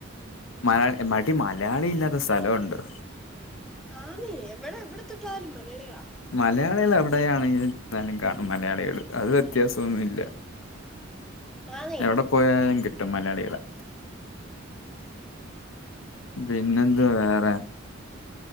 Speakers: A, on the left (about 80°); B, in the centre.
A: മല മടി മലയാളി ഇല്ലാത്ത സ്ഥലോണ്ടോ?
B: ആ നേ എവിടെ എവിടെ തൊട്ടാലും മലയാളികളാ
A: മലയാളികൾ എവിടെയാണെങ്കിലും കാണും മലയാളികൾ അത് വ്യത്യാസൊന്നുല്ല
B: ആന്നേ
A: എവിടെ പോയാലും കിട്ടും മലയാളികളെ പിന്നെന്തുവ വേറെ?